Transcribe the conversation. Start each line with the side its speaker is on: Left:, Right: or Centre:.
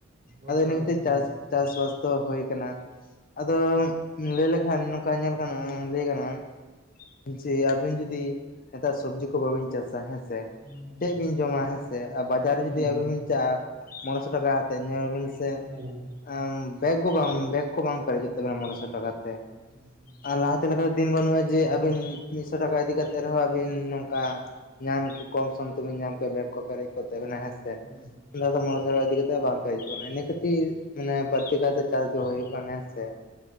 Right: ᱦᱳᱭ
Left: ᱟᱫᱚ
Right: ᱦᱳᱭ
Left: ᱤᱱᱟᱹ ᱠᱟᱛᱮ
Right: ᱜᱚᱝᱠᱮ
Left: ᱪᱟᱥ
Right: ᱮᱠᱫᱚᱢ
Left: ᱪᱟᱥ ᱵᱟᱥ- ᱛᱚ ᱦᱳᱭ ᱟᱠᱟᱱᱟ ᱟᱫᱚ ᱞᱟᱹᱭ ᱞᱮᱠᱷᱟᱱ ᱱᱚᱝᱠᱟ ᱧᱮᱞ ᱜᱟᱱᱚᱜᱼᱟ ᱞᱟᱹᱭ ᱜᱟᱱᱚᱜᱼᱟ ᱡᱮ ᱟᱵᱤᱱ ᱡᱩᱫᱤ ᱱᱮᱛᱟᱨ ᱥᱚᱵᱡᱤ ᱠᱚ ᱵᱟᱵᱤᱱ ᱪᱟᱥᱟ ᱦᱮᱸ ᱥᱮ
Right: ᱦᱩᱸ ᱦᱩᱸ
Left: ᱪᱮᱫ ᱵᱤᱱ ᱡᱚᱢᱟ ᱦᱮᱸᱥᱮ ᱟᱨ ᱵᱟᱡᱟᱨ ᱨᱮ
Right: ᱦᱩᱸ
Left: ᱡᱩᱫᱤ ᱟᱹᱵᱤᱱ
Right: ᱦᱩᱸ ᱦᱩᱸ
Left: ᱵᱤᱱ ᱪᱟᱞᱟᱜᱼᱟ ᱢᱚᱬᱮᱥᱚ ᱴᱟᱠᱟ ᱠᱟᱛᱮᱫ ᱧᱮᱞᱵᱤᱱ ᱥᱮ
Right: ᱦᱩᱸ ᱦᱩᱸ
Left: <unintelligible> ᱵᱮᱜᱽ ᱠᱚ ᱵᱟᱝ ᱵᱮᱜᱽ ᱠᱚ ᱵᱟᱝ ᱯᱮᱨᱮᱡᱚᱜ ᱛᱟᱵᱮᱱᱟ ᱢᱚᱬᱮ ᱥᱚ ᱴᱟᱠᱟᱛᱮ
Right: ᱦᱩᱸ ᱦᱩᱸ ᱦᱩᱸ
Left: ᱟᱨ ᱞᱟᱦᱟ ᱛᱮ ᱞᱮᱠᱟ ᱫᱤᱱ ᱵᱟᱹᱱᱩᱜᱼᱟ ᱡᱮ ᱟᱹᱵᱤᱱ ᱢᱤᱫᱥᱚ ᱴᱟᱠᱟ ᱤᱫᱤ ᱠᱟᱛᱮᱫ ᱨᱮᱦᱚᱸ ᱟᱹᱵᱤᱱ ᱱᱚᱝᱠᱟ ᱧᱟᱢ <unintelligible> ᱠᱚᱢᱥᱚᱢ ᱛᱮ ᱵᱮᱱ ᱧᱟᱢ ᱠᱮ ᱵᱮᱜ ᱠᱚ ᱯᱮᱨᱮᱡ ᱠᱚᱜ ᱛᱟᱵᱮᱱᱟ ᱦᱮᱸᱥᱮ
Right: ᱦᱩᱸ ᱦᱩᱸ
Left: ᱛᱮ ᱚᱱᱟᱫᱚ ᱢᱚᱬᱥᱚ ᱴᱟᱠᱟ ᱤᱫᱤ ᱠᱟᱛᱮᱜ ᱵᱟᱝ ᱯᱮᱨᱮ ᱡᱚᱜᱼᱟ᱾ ᱤᱱᱟᱹ ᱠᱷᱟᱹᱛᱤᱨ ᱢᱟᱱᱮ ᱵᱟᱹᱲᱛᱤ ᱠᱟᱭᱛᱮ ᱪᱟᱥ ᱫᱚ ᱦᱩᱭᱩᱜ ᱠᱟᱱᱟ ᱦᱮᱸ ᱥᱮ?